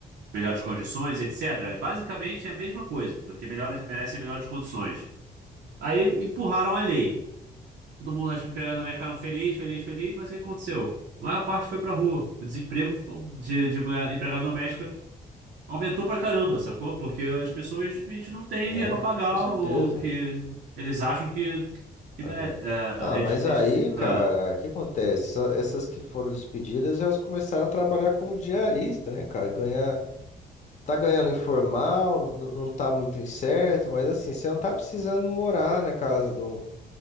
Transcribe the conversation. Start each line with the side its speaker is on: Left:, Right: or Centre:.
Right: melhores condições, etc. Basicamente é a mesma coisa, porque melhores merecem melhores condições. Aí empurraram a lei. Todo mundo, as empregadas domésticas ficaram felizes, felizes, felizes, mas o que aconteceu? A maior parte foi pra rua. O desemprego de, de mulher- empregada doméstica Aumentou pra caramba, sacou? Porque as pessoas a gente não tem
Left: É,
Right: dinheiro pra pagar
Left: com certeza.
Right: o que eles acham que, que merece.
Left: É.
Right: É,
Left: Ah, mas
Right: é, di-
Left: aí,
Right: é dif- ah,
Left: cara, o que acontece? Essa- Essas que foram despedidas, elas começaram a trabalhar como diarista, né, cara? Ganhar Tá ganhando informal, n- não tá muito incerto, mas assim, você não tá precisando morar na casa do,